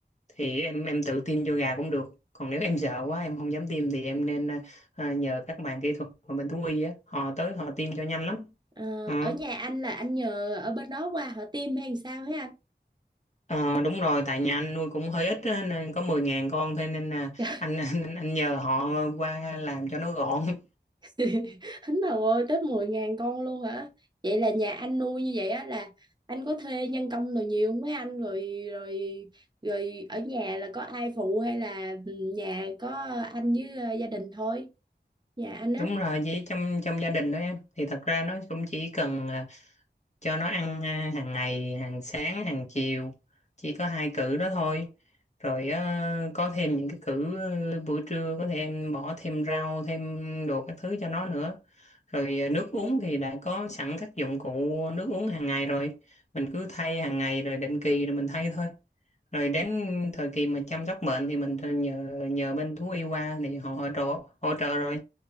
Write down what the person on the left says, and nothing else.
thì em em tự tiêm cho gà cũng được còn nếu em sợ quá em không dám tiêm thì em nên à, nhờ các bạn kỹ thuật ở bên thú y á họ tới họ tiêm cho nhanh lắm
Ờ.
Ờ, đúng rồi tại nhà anh nuôi cũng hơi ít á, nên có mười ngàn con thôi nên là
anh, <laughs> anh anh nhờ họ qua làm cho nó gọn <laughs>
đúng rồi chỉ trong trong gia đình đó em thì thật ra nó cũng chỉ cần ờ, cho nó ăn à, hàng ngày hàng sáng hàng chiều chỉ có hai cữ đó thôi rồi ờ, có thêm những cái cữ ờ, buổi trưa có thể em bỏ thêm rau thêm đồ các thứ cho nó nữa rồi ờ, nước uống thì đã có sẵn các dụng cụ nước uống hàng ngày rồi mình cứ thay hàng ngày rồi định kỳ rồi mình thay thôi rồi đến thời kỳ mà chăm sóc bệnh thì mình nhờ nhờ bên thú y qua thì họ hỗ trợ hỗ trợ rồi